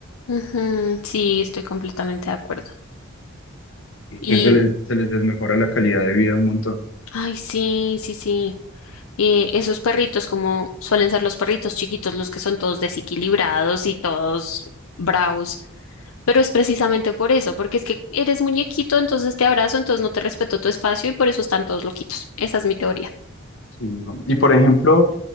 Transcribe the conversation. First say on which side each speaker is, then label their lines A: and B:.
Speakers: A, on the left; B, on the left.
A: ujú, sí, estoy completamente de acuerdo.
B: Entonces
A: Y,
B: se les, se les desmejora la calidad de vida un montón.
A: ay, sí, sí, sí. Eh, esos perritos, como suelen ser los perritos chiquitos, los que son todos desequilibrados y todos bravos. Pero es precisamente por eso, porque es que eres muñequito, entonces te abrazo, entonces no te respeto tu espacio y por eso están todos loquitos. Esa es mi teoría.
B: Sí, no. Y por ejemplo,